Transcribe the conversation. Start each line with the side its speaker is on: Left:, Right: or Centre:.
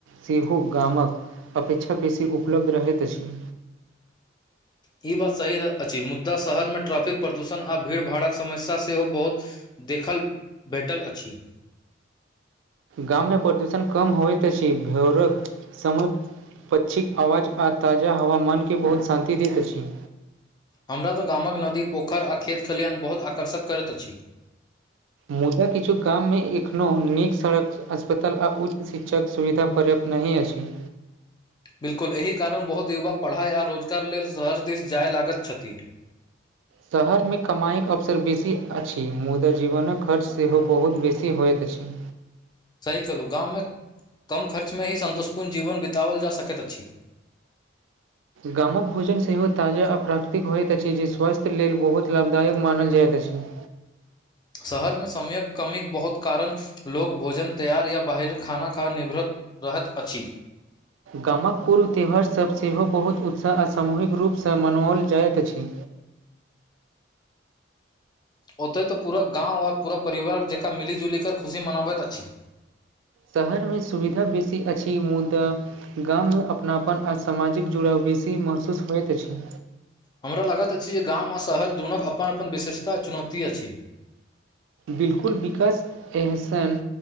Right: सेहो गाम कऽ। अपेक्षा बेसी उपलब्ध रहैत अछि।
Left: ई, बात सही अछि, मुदा शहरमे ट्रैफिक प्रदूषण आ भीड़ भाड़क समस्या सेहो बहुत। देखल भेटल अछि।
Right: गाम मे प्रदूषण कम होइ तस भरक समय। पक्षीकऽ आवाज आ ताजा हवा मनके बहुत शान्ति दैत अछि।
Left: हमरा तऽ गामकऽ नदी पोखरि आ खेत खलिहान बहुत आकर्षक करैत अछि।
Right: मुदा किछु गाम मे एखनो निक सड़क अस्पताल आ उच्च शिक्षक सुविधा पर्याप्त। नहि अछि।
Left: बिल्कुल एहि कारण बहुत युवा पढ़ाइ आ रोजगार लेल शहर दिश जाय लागैत छथि।
Right: शहर मे कमाइ कऽ अवसर बेसी अछि, मुदा जीवनक खर्च सेहो बहुत बेसी होइत अछि।
Left: सही कहलूँ गाम मे कम खर्च मे ही सन्तोष्पूर्ण जीवन बितओल जा सकैत अछि।
Right: गाम कऽ भोजन सेहो ताजा आ प्राकृतिक होइत अछि, जे स्वास्थ्य लेल बहुत लाभदायक मानल जाइत अछि।
Left: शहर मे समय कऽ कमीके बहुत कारण लोक मे भोजन तैआर या बाहर खाना खा निभरत रहैत अछि।
Right: गाम कऽ पूर्व त्यौहारसभ सेहो बहुत उत्साह आ सामूहिक रूपसँ मनाओल जाइत अछि।
Left: ओतय तऽ पूरा गाव आओर पूरा परिवार जकाँ मिली जुलि कऽ खुशी मनाबैत अछि।
Right: शहर मे सुविधा बेसी अछि मुदा। गाम मे अपनापन आ सामाजिक जुड़ाव बेसी महसूस होइत अछि।
Left: हमरा लागैत अछि, जे गाम आ शहर दुनू अपन अपन विशेषता चुनौती अछि।
Right: बिल्कुल विकास एहसन